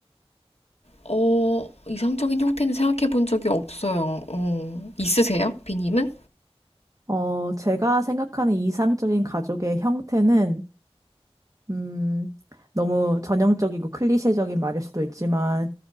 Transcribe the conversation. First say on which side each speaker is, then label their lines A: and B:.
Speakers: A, on the left; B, on the right.
A: 어, 이상적인 형태는 생각해 본 적이 없어요. 어, 있으세요? 비님은?
B: 어, 제가 생각하는 이상적인 가족의 형태는 음, 너무 전형적이고 클리셰적인 말일 수도 있지만,